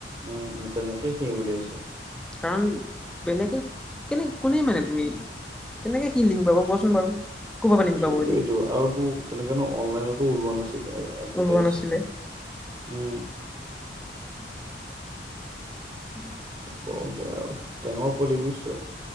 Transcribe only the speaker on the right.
উম উম তেনেকে সি উলিয়াইছে
সেইটোয়টো
আৰু তোৰ তেনেকেনো অ'নলাইনতো ওলোৱা নাছিল। এডভেৰটাইছ।
উম
কৰক দে আৰু টেঙৰ পোৱালি বুজিছ